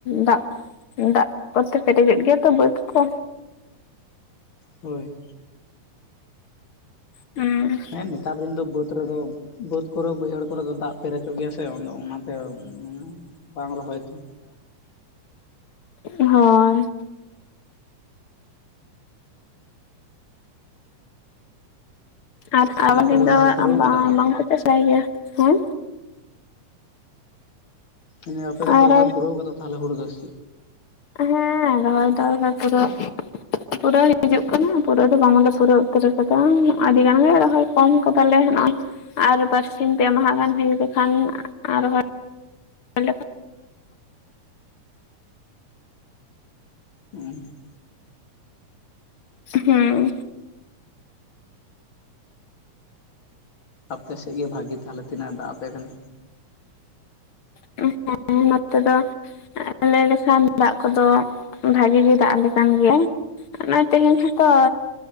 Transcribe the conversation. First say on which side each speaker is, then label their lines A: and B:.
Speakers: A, on the left (about 55°); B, on the left (about 40°).
A: ᱫᱟᱜ ᱠᱚ ᱫᱟᱜ ᱠᱚᱛᱮ ᱯᱮᱨᱮᱡᱚᱜ ᱜᱮᱭᱟ ᱛᱚ ᱵᱟᱹᱫ ᱠᱚ᱾
B: ᱦᱳᱭ
A: ᱦᱩᱸ
B: ᱦᱮᱸ ᱱᱮᱛᱟᱨ ᱫᱤᱱ ᱫᱚ ᱵᱟᱹᱫ ᱨᱮᱫᱚ ᱵᱟᱹᱫ ᱠᱚᱨᱮ ᱵᱟᱹᱭᱦᱟᱹᱲ ᱠᱚᱨᱮ ᱫᱚ ᱫᱟᱜ ᱯᱮᱨᱮᱡᱚᱜ ᱜᱮᱭᱟ ᱥᱮ <inaudible> ᱚᱱᱟ ᱥᱮ ᱢᱟᱱᱮ ᱵᱟᱝ ᱨᱚᱦᱚᱭ ᱛᱮ
A: ᱦᱚᱭ ᱟᱨ
B: ᱛᱟᱦᱚᱞᱮ
A: ᱟᱵᱟᱝ
B: ᱟᱯᱮ
A: ᱫᱤᱱ ᱫᱚ
B: ᱨᱚᱦᱚᱭ ᱯᱩᱨᱟᱹᱣ
A: ᱟᱵᱟᱝ
B: ᱠᱟᱫᱟ ᱯᱮ
A: ᱵᱟᱝᱠᱚ ᱪᱟᱥ ᱵᱟᱲᱟᱭ ᱜᱮᱭᱟ᱾ ᱦᱮᱸ
B: <inaudible> ᱟᱯᱮ ᱫᱚᱯᱮ
A: ᱟᱨ
B: ᱨᱚᱦᱚᱭ ᱯᱩᱨᱟᱹᱣ ᱠᱟᱫᱟ ᱛᱟᱦᱚᱞᱮ ᱦᱩᱲᱩ ᱫᱚ ᱥᱮᱪᱮᱜ᱾
A: ᱦᱮᱸ ᱨᱚᱦᱚᱭ ᱫᱚ <inaudible> ᱯᱩᱨᱟᱹᱣ ᱯᱩᱨᱟᱹᱣ ᱦᱤᱡᱩᱜ ᱠᱟᱱᱟ ᱫᱚ ᱵᱟᱝ ᱮ ᱯᱩᱨᱟᱹ ᱩᱛᱟᱹᱨ ᱠᱟᱫᱟ ᱟᱹᱰᱤ ᱜᱟᱱ ᱜᱮ ᱨᱚᱦᱚᱭ ᱠᱚᱢ ᱠᱟᱫᱟᱞᱮ ᱱᱚᱜ-ᱚ᱾ ᱟᱨ ᱵᱟᱨᱥᱤᱧ ᱯᱮ ᱢᱟᱦᱟ ᱜᱟᱱ ᱦᱩᱭᱩᱜ ᱞᱮᱠᱷᱟᱱ ᱟᱨᱦᱚᱸ <unintelligible>
B: <unintelligible>
A: ᱦᱩᱸᱻ
B: ᱟᱯᱮ ᱥᱮᱫ ᱜᱮ ᱵᱷᱟᱜᱤ ᱛᱟᱦᱚᱸᱞᱮ ᱛᱤᱱᱟᱹᱜ-ᱮ ᱫᱟᱜ ᱟᱯᱮ ᱠᱟᱱᱟ᱾
A: ᱦᱮᱸ ᱱᱚᱛᱮ ᱫᱚ᱾ ᱞᱟᱹᱭ ᱞᱮᱠᱷᱟᱱ ᱫᱟᱜ ᱠᱚᱫᱚ ᱵᱷᱟᱜᱤ ᱜᱮ ᱫᱟᱜ ᱟᱞᱮ ᱠᱟᱱ ᱜᱮᱭᱟ᱾ ᱚᱱᱟ ᱛᱮᱦᱮᱧ ᱦᱚᱸᱛᱚ <unintelligible>